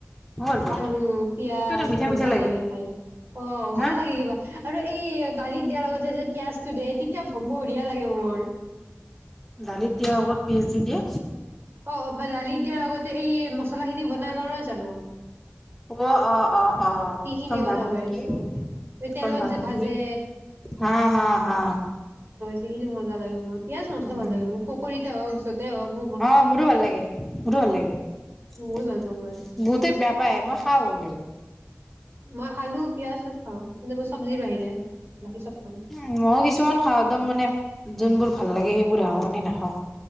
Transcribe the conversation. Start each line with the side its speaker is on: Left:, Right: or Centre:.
Centre: মইও ভাল পাওঁ
Right: আলু, পিয়াঁজ
Centre: কিবা এটা মিঠা
Right: মজা
Centre: মিঠা
Right: লাগে খাই অ', ভাল
Centre: না
Right: লাগে কিবা। আৰু এই দালিত দিয়াৰ লগতে যে পিয়াঁজটো দিয়ে তেতিয়া বঢ়িয়া লাগে মোৰ।
Centre: দালিত দিয়া আগত পিয়াঁজ দি দিয়ে।
Right: অ', বা দালিত দিয়াৰ আগতে এই মছলাখিনি বনাই ল নহয় জানো।
Centre: অ', অ', অ', অ',
Right: সেইখিনি
Centre: সম্ভাত
Right: কথা কৈ
Centre: নেকি?
Right: আছো। এই তেলত
Centre: সম্ভাদ
Right: যে
Centre: নেকি
Right: ভাজে
Centre: হা, হা, হা।
Right: গোটেইখিনি মজা লাগে মোৰ পিয়াঁজ মষ্ট
Centre: উম
Right: ভাল লাগে মোৰ পকৰীতে হওঁক য'তে হওঁক মোক
Centre: অ', মোৰো ভাল লাগে, মোৰো ভাল লাগে।
Right: বহুত
Centre: বহুতে
Right: ভাল পাওঁ মই।
Centre: বেয়া পায় মই খাওঁ হ'লেও।
Right: মই আলু, পিয়াঁজ চব খাওঁ কিন্তু মই চব্জিৰ বাহিৰে। বাকী চব খাওঁ।
Centre: উম, ময়ো কিছুমান খাওঁ একদম মানে যোনবোৰ ভাল লাগে সেইবোৰ খাওঁ মানে নাখাওঁ।